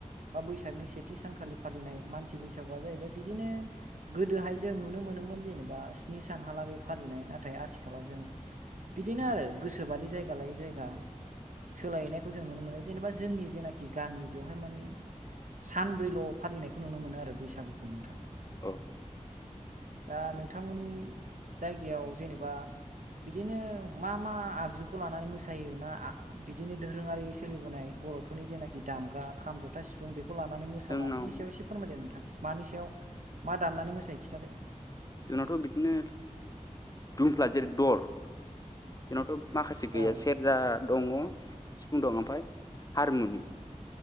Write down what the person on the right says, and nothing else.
बा बैसागनि से खाथि सानखालि फालिनाय मानसि बैसागुआ जाहैबाय बिदिनो गोदोहाय जों नुनो मोनोमोन जेनेबा स्नि सानहााला बे फालिनाय नाथाय आथिखालाव जों बिदिनो आरो गोसोबारि जायगा लायै जायगा सोलायनायखौ जों नुनो मोनो जेनेबा जोंनि जेनाखि गामि बेवहाय माने सानब्रैल' फालिनायखौ नुनो मोनो आरो बैसागुखौ नोंथां।
दा नोंथांमोननि जायगायाव जेनेबा बिदिनो मा मा आगजुखौ लानानै मोसायो ना बिदिनो दोरोङारि सोलिबोनाय ब बर'फोरनि जेनाखि दामग्रा खाम जथा सिफुं बे खौ लानानै मोसाला
बिनि सायाव एसे फोरमायदो नोंथां मानि सायाव मा दामनानै मोसायो खिथादो।
औ